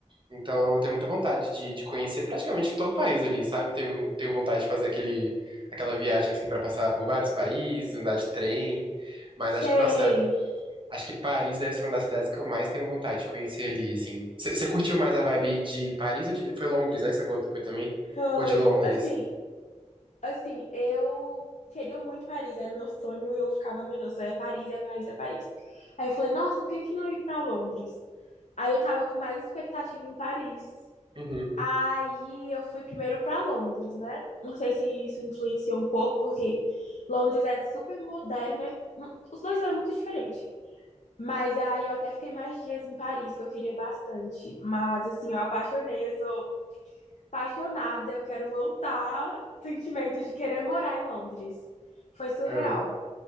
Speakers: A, on the right; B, on the left.
A: Então, eu tenho muita vontade de, de conhecer praticamente todo o país ali, sabe? Eu tenho, tenho vontade de fazer aquele, aquela viagem, assim, pra passar por vários países, andar de trem. Mas
B: Sei.
A: acho que, nossa, acho que Paris deve ser uma das cidades que eu mais tenho vontade de conhecer ali, assim. Você curtiu mais a vibe de Paris ou de... Foi Londres, né? Que você falou que foi também?
B: Foi.
A: Ou de Londres?
B: Assim, assim, eu queria muito Paris, era o meu sonho, eu ficava, meu Deus, é Paris, é Paris, é Paris. Aí eu falei, nossa, por que que não ir para Londres? Aí eu tava com mais expectativa em Paris.
A: Uhum.
B: Aí eu fui primeiro para Londres, né? Não sei se isso influencia um pouco, porque Londres é super moderna, e os dois são muito diferentes. Mas aí eu até fiquei mais dias em Paris, que eu queria bastante. Mas assim, eu apaixonei, eu sou apaixonada, eu quero voltar. Sentimento de querer morar em Londres. Foi surreal.
A: Ah,